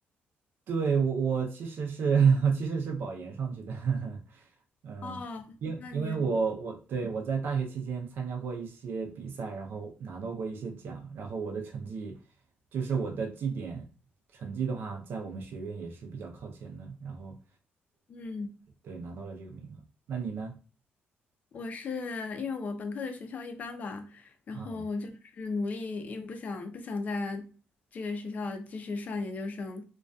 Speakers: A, on the right (about 60°); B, on the left (about 40°).
A: 对我我其实是 <laughs> 我其实是保研上去的，<laughs> 嗯，
B: 哦，
A: 因因为我我对我在大学期间参加过一些比赛，
B: 那你
A: 然后拿到过一些奖，然后我的成绩就是我的绩点成绩的话，在我们学院也是比较靠前的，然后
B: 嗯。
A: 对拿到了这个名额，那你呢？
B: 我是因为我本科的学校一般吧，然后我就是努力，
A: 嗯。
B: 因为不想不想在这个学校继续上研究生，